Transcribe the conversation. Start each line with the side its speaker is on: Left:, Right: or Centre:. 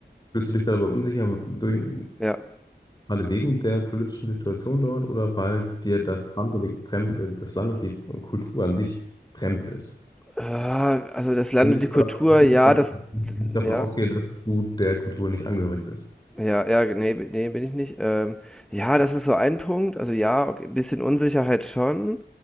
Left: Fühlst du dich da aber unsicher durch,
Centre: Ja.
Left: gerade wegen der politischen Situation dort oder weil dir das Land und die fremd, äh, das Land und die Kultur an sich fremd ist?
Centre: Ah, also das Land
Left: Wenn
Centre: und
Left: ich
Centre: die Kultur,
Left: mal, wenn
Centre: ja,
Left: ich mal
Centre: das
Left: davon
Centre: ja.
Left: ausgehe, dass du der Kultur nicht angehörig bist.
Centre: Ja, ja, nee, b ne, bin ich nicht. Ähm, ja, das ist so ein Punkt. Also ja, okay, bisschen Unsicherheit schon,